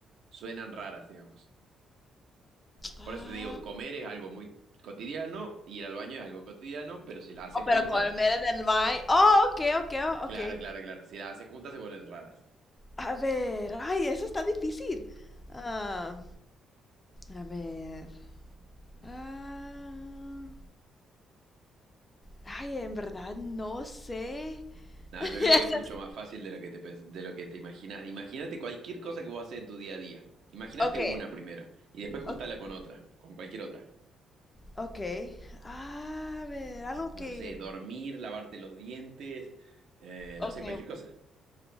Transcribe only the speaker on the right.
suenan raras, digamos.
Por eso te digo, comer es algo muy cotidiano, ir al baño es algo cotidiano, pero si las haces
juntas,
claro, claro, claro, si las haces juntas se vuelven raras.
Nada,
yo creo que es mucho más fácil de lo que te, pens- de lo que te imaginas. Imagínate cualquier cosa que vos haces en tu día a día. Imagínate
una primero y después juntala
con otra, con cualquier otra.
No sé, dormir, lavarte los dientes, eh,
no sé, cualquier cosa.